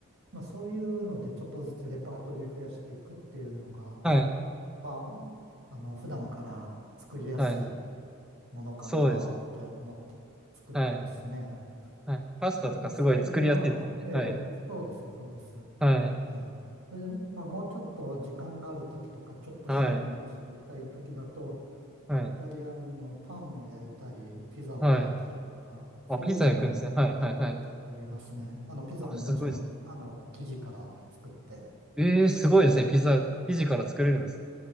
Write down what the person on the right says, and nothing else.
まあそういうのでちょっとずつレパートリー増やしていくっていうのが、
まあ、あの、普段から作りやすい
ものかなって思って作ってますね。
うんそれでまあ、ええ、
そうです、そうです。
ええ。それで、まあもうちょっと時間があるときとか、ちょっと趣味に走りたいときだと、
イタリアンのパンを焼いたり、ピザを焼いたりとか、
そういうのもやってたことありますね。
あの、ピザももちろん、
あの、生地から作って、
ええ